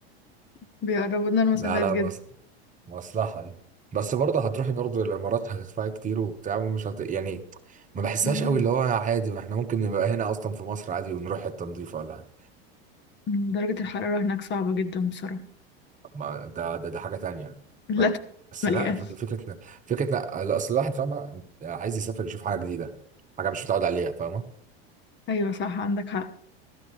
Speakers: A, on the left; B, on the right.
A: <laughs> بيقربوا لنا المسافات
B: لا لا
A: جدا
B: مص- مصلحة دي بس برضه هتروحي برضه الامارات هتدفعي كتير وبتاع ومش هت... يعني ما بحسهاش
A: مم.
B: قوي اللي هو عادي ما احنا ممكن نبقى هنا اصلا في مصر عادي ونروح حتة نضيفة ولا حاجة.
A: مم، درجه الحراره هناك صعبه جدا بصراحه
B: ما ده ده, ده حاجة تانية
A: لا <laughs> ت-
B: بس
A: مليان
B: لا فك- فكرة فكرة لا لا، اصل الواحد فاهمة عايز يسافر يشوف حاجة جديدة حاجة مش متعود عليها فاهمة
A: ايوه صح عندك حق